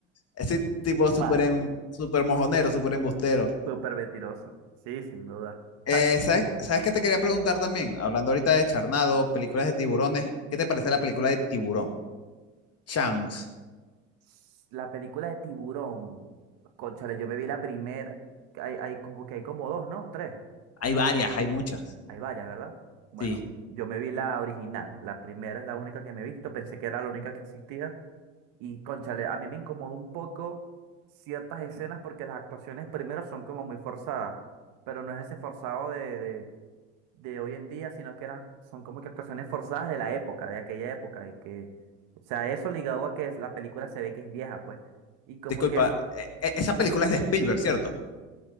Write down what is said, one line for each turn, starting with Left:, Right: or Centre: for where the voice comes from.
Left: Ese tipo súper
Right: Mal.
Left: em- súper mojonero, súper embustero.
Right: Súper mentiroso. Sí, sin duda.
Left: Eh,
Right: O sea,
Left: ¿sabes, ¿Sabes qué te quería preguntar también? Hablando ahorita de Charnado, películas de tiburones, ¿qué te parece la película de Tiburón? Chunks.
Right: s- La película de Tiburón, cónchale, yo me vi la primera, hay, hay como que hay como dos, ¿no? Tres.
Left: Hay varias, hay muchas.
Right: Hay varias, ¿verdad? Bueno,
Left: Sí.
Right: yo me vi la original, la primera es la única que me he visto, pensé que era la única que existía Y cónchale, a mí me incomodó un poco ciertas escenas porque las actuaciones primero son como muy forzadas, pero no es ese forzado de, de, de hoy en día, sino que eran, son como que actuaciones forzadas de la época, de aquella época, de que, o sea, eso ligado a que la película se ve que es vieja, pues, y como
Left: Disculpa,
Right: que eso,
Left: eh, eh, esa película es de Spielberg, ¿cierto?